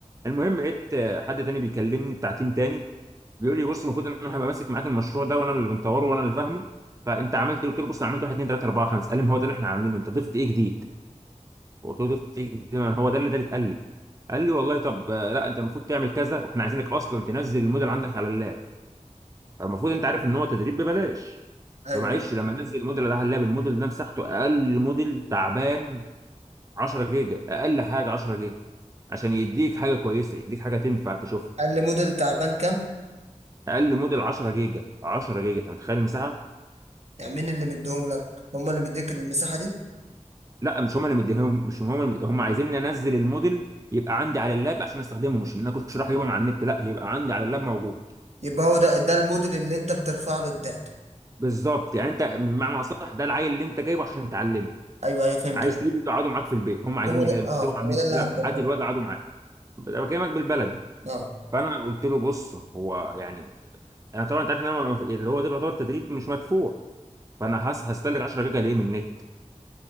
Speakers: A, on the right; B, on the right.
A: المهم لقيت آه، حد تاني بيكلمني بتاع تيم تاني بيقول لي بص المفروض ان انا هبقى ماسك معاك المشروع ده وانا اللي مطوره وانا اللي فاهمه فانت عملت إيه؟ قلت له بص انا عملت 1 2 3 4 5 قال لي ما هو ده اللي احنا عاملينه انت ضفت ايه جديد قلت له ضفت ايه جديد ما هو ده اللي ده اللي اتقال لي قال لي والله طب آه، لا انت المفروض تعمل كذا واحنا عايزينك اصلا تنزل الموديل عندك على اللاب فالمفروض انت عارف ان هو تدريب ببلاش
B: ايوه
A: فمعلش
B: ايوه
A: لما انزل الموديل ده على اللاب الموديل ده مساحته اقل موديل تعبان 10 جيجا اقل حاجه 10 جيجا عشان يديك حاجه كويسه يديك حاجه تنفع تشوفها.
B: قال لي موديل تعبان كام
A: اقل موديل 10 جيجا 10 جيجا انت متخيل المساحه
B: يعني مين اللي مديهم لك هم اللي مديك المساحه دي
A: لا مش هم اللي مديهم مش هم اللي مديهم. هم عايزين انزل الموديل يبقى عندي على اللاب عشان استخدمه مش ان انا كنت رايح اجيبه من على النت لا يبقى عندي على اللاب موجود
B: يبقى هو ده ده الموديل اللي انت بترفع له الداتا
A: بالظبط يعني انت بمعنى اصح ده العيل اللي انت جايبه عشان تعلمه
B: ايوه ايوه فهمتك
A: عايز تجيبه تقعده معاك في البيت هم عايزيني
B: هو ده
A: كده مش
B: اه
A: تسيبه على
B: هو
A: النت
B: ده اللي
A: لا
B: هتبرمجه
A: هات الواد قعده معاك انا بكلمك بالبلد
B: اه
A: فانا قلت له بص هو يعني انا طبعا انت عارف ان انا ما- اللي هو ده بيعتبر تدريب مش مدفوع فانا هس- هستهلك 10 جيجا ليه من النت